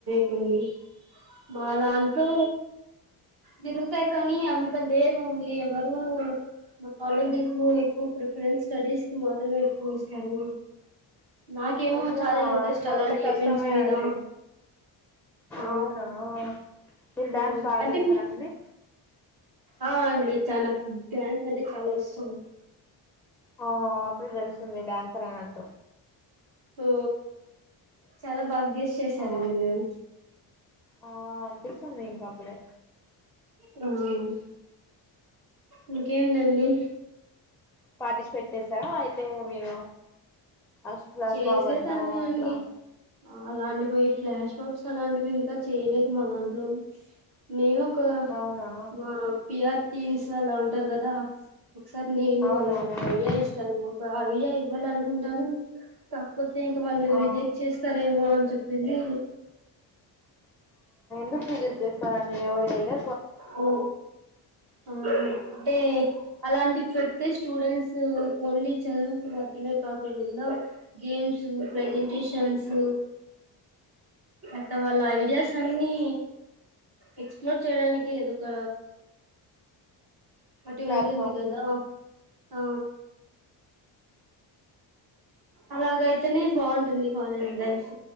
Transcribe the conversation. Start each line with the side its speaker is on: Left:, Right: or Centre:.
Right: మ దాంట్లో జరుగుతాయి గాని అంత లేదండి ఎవరు మా కాలేజెస్ లో ఎక్కువ ప్రిఫరెన్స్ స్టడీస్ కి మాత్రమే ఎక్కువ ఇస్తారు నాకేమో
Centre: అయ్యో
Right: చాలా ఇంట్రెస్ట్
Centre: అట్లా
Right: అలాంటి
Centre: ఉంటే కష్టమే
Right: ఈవెంట్స్ మీద
Centre: అండి
Right: ఆ
Centre: అవునా మీరు డాన్స్
Right: ఆ
Centre: బాగా
Right: అంటే
Centre: చేస్తారా
Right: మీ
Centre: అండి
Right: ఆ అండి చానా డ్యాన్స్ అంటే చాలా ఇష్టం
Centre: అవ్ అప్పుడే తెలుస్తుంది డాన్సర్ అన్నట్టు
Right: ఓ చాలా బాగా గె స్ చేసారండి
Centre: ఆ
Right: మీరు
Centre: ఆ విన్పిస్తుంది ఇంక అప్పుడే
Right: <unintelligible> ఇంకేందండి
Centre: పార్టిసిపేట్ చేస్తారా అయితే మీరు అష్ ఫ్లాష్
Right: చేసేదాన్ని
Centre: మాబ్ అంట
Right: అండి
Centre: అట్లా
Right: అలాంటివి ఫ్లాష్ మాబ్స్ అలాంటివి ఇంకా చేయలేదు మా దాంట్లో నేను క
Centre: అవునా
Right: మా పి ఆర్ టీన్స్ అలా ఉంటారు కదా ఒకసారి నేను
Centre: ఆహా
Right: వాళ్ళకు
Centre: అవునండి
Right: ఒక ఐడియా ఇస్తాను ఒక ఐడియా ఇవ్వాలి అనుకుంటాను త పోతే ఇంక వాళ్ళు
Centre: ఆ
Right: రిజెక్ట్ చేస్తారేమో అని చెప్పేసి
Centre: దుకు రిజెక్ట్ చేస్తారండి ఎవరు అయినా
Right: ఓ ఓ టే అలాంటివి పెడితే స్టూడెంట్స్ ఓన్లీ చదువుకు మాత్రమే కాకోకుండ గేమ్స్ ప్రెజెంటేషన్స్ ఐతే వాళ్ళ ఐడియాస్ అన్నీ ఎక్స్ ప్లోర్ చేయడానికి ఏదో ఒక అటి
Centre: ప్లాట్ఫామ్
Right: ఉంటుంది కదా ఆ అలాగైతేనే బావుంటుంది కాలేజ్ లైఫ్